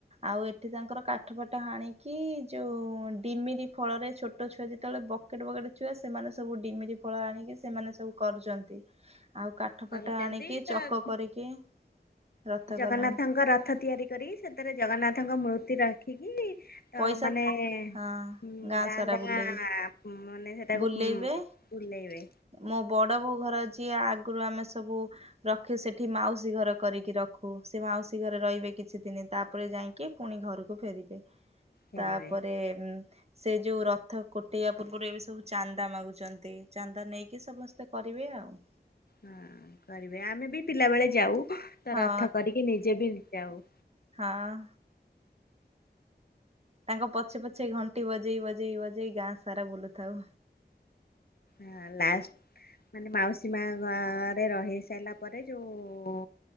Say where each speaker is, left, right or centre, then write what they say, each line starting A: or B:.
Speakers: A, on the right; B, on the left.
A: ଆଉ ଏଠି ତାଙ୍କର କାଠ ପାଠ ହାଣିକି ଯୋଉ ଡିମିରି ଫଳରେ ଛୋଟ ଛୁଆ ଯେତବଳେ ବକେଟେ-ବକେଟେ ଛୁଆ ସେମାନେ ସବୁ ଡିମିରି ଫଳ ଆଣିକି ସେମାନେ ସବୁ କରୁଚନ୍ତି। ଆଉ କାଠ
B: କରୁଛନ୍ତି
A: ଫାଠ ଆଣିକି
B: ତ
A: ଚକ କରିକି ରଥ
B: ଜଗନ୍ନାଥଙ୍କ
A: କଲାଣି
B: ରଥ ତିଆରି କରି ସେଥିରେ ଜଗନ୍ନାଥଙ୍କ ମୂର୍ତ୍ତି ରଖିକି ତ
A: ପଇସା
B: ମାନେ
A: ହଁ
B: ହୁଁ
A: ଗାଁ
B: ଗାଁ-ଗାଁ
A: ସାରା ବୁଲେଇବେ
B: ମାନେ ସେଟାକୁ
A: ବୁଲେଇବେ
B: ବୁଲେଇବେ।
A: ମୋ ବଡ ବୋଉ ଘର ଯିଏ ଆଗରୁ ଆମେ ସବୁ ରଖେ ସେଠି ମାଉସୀ ଘର କରିକି ରଖୁ ସେ ମାଉସୀ ଘରେ ରହିବେ କିଛି ଦିନ ତାପରେ ଯାଇଁକି ପୁଣି ଘରକୁ ଫେରିବେ,
B: ଫେରିବେ
A: ତାପରେ ସେ ଯୋଉ ରଥ କୁଟେଇବା ପୂର୍ବରୁ ଏବେ ସବୁ ଚାନ୍ଦା ମାଗୁଛନ୍ତି, ଚାନ୍ଦା ନେଇକି ସମସ୍ତେ କରିବେ ଆଉ।
B: ହଁ କରିବେ ଆମେ ବି ପିଲାବେଳେ ଯାଉ ତ
A: ହଁ
B: ରଥ କରିକି ନିଜେ ବି ଯାଉ।
A: ହଁ-ଅଁ। ତାଙ୍କ ପଛେ ପଛେ ଘଣ୍ଟି ବଜେଇ ବଜେଇ ବଜେଇ ଗାଁ ସାରା ବୁଲୁଥାଉ।
B: ହଁ ଲାଷ୍ଟ୍। ମାନେ ମାଉସୀ ମା ଗାଁରେ ରହିସାରିଲା ପରେ ଯେଉଁ